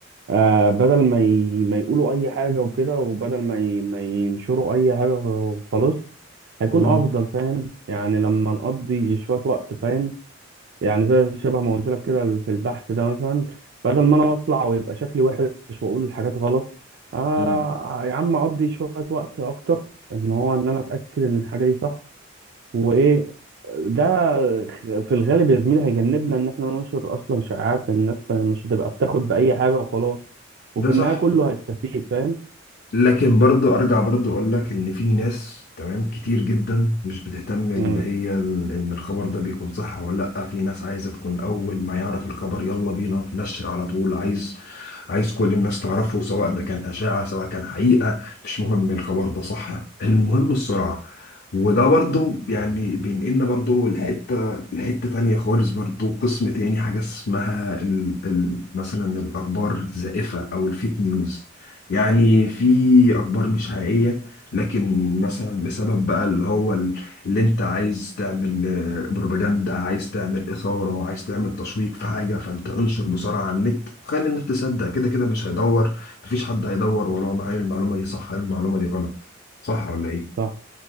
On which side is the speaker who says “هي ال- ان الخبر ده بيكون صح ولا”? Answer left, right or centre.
Left